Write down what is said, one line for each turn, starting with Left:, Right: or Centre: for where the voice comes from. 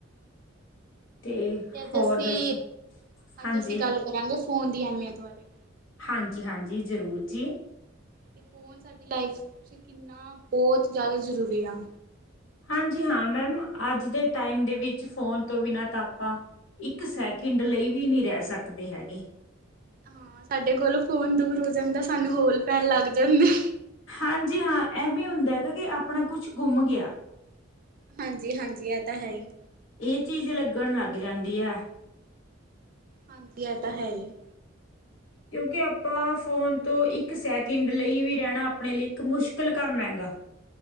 Left: ਤੇ
Right: ਅੱਜ
Left: ਹੋਰ
Right: ਅਸੀਂ
Left: ਦੱਸੋ
Right: ਅੱਜ
Left: ਹਾਂਜੀ,
Right: ਅਸੀਂ ਗੱਲ ਕਰਾਂਗੇ ਫੋਨ ਦੀ ਅਹਿਮੀਅਤ ਬਾਰੇ,
Left: ਹਾਂਜੀ ਹਾਂਜੀ ਜ਼ਰੂਰ ਜੀ,
Right: ਅਤੇ ਫੋਨ ਸਾਡੀ ਲਾਈਫ ਚ ਕਿੰਨਾ ਬਹੁਤ ਜ਼ਿਆਦਾ ਜ਼ਰੂਰੀ ਆ।
Left: ਹਾਂਜੀ ਹਾਂ ਮੈਮ ਅੱਜ ਦੇ ਟਾਈਮ ਦੇ ਵਿੱਚ ਫੋਨ ਤੋਂ ਬਿਨਾਂ ਤਾਂ ਆਪਾਂ ਇੱਕ ਸੈਕਿੰਡ ਲਈ ਵੀ ਨਹੀਂ ਰਹਿ ਸਕਦੇ ਹੈਗੇ।
Right: ਹਾਂ ਸਾਡੇ ਕੋਲੋਂ ਫੋਨ ਦੂਰ ਹੋ ਜਾਂਦਾ ਸਾਨੂੰ ਹੋਲ ਪੈਣ ਲੱਗ ਜਾਂਦੇ।
Left: ਹਾਂਜੀ, ਹਾਂ ਐਵੇਂ ਹੁੰਦਾ ਹੈਗਾ ਕਿ ਆਪਣਾ ਕੁਛ ਗੁੰਮ ਗਿਆ।
Right: ਹਾਂਜੀ ਹਾਂਜੀ ਇਹ ਤਾਂ ਹੈ ਹੀ,
Left: ਇਹ ਚੀਜ਼ ਲੱਗਣ ਲੱਗ ਜਾਂਦੀ ਹੈ,
Right: ਹਾਂਜੀ ਇਹ ਤਾਂ ਹੈ ਹੀ,
Left: ਕਿਉਂਕਿ ਆਪਾਂ ਫ਼ੋਨ ਤੋਂ ਇੱਕ ਸੈਕਿੰਡ ਲਈ ਵੀ ਰਹਿਣਾ ਆਪਣੇ ਲਈ ਇੱਕ ਮੁਸ਼ਕਲ ਕੰਮ ਹੈਗਾ।